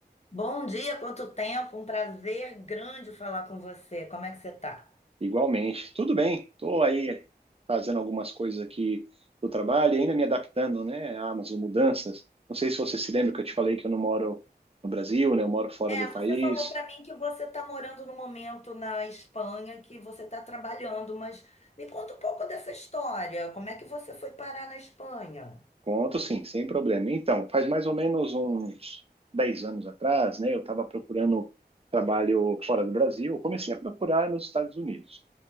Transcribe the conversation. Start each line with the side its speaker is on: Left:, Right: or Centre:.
Left: Bom dia, quanto tempo, um prazer grande falar com você. Como é que você tá?
Right: Igualmente. Tudo bem. Estou aí fazendo algumas coisas aqui do trabalho e ainda me adaptando, né, às mudanças. Não sei se você se lembra que eu te falei que eu não moro no Brasil, né? Eu moro fora
Left: É,
Right: do país.
Left: você falou para mim que você está morando no momento na Espanha, que você está trabalhando, mas me conta um pouco dessa história. Como é que você foi parar na Espanha?
Right: Conto sim, sem problema. Então, faz mais ou menos uns 10 anos atrás, né, eu estava procurando trabalho fora do Brasil. Eu comecei a procurar nos Estados Unidos.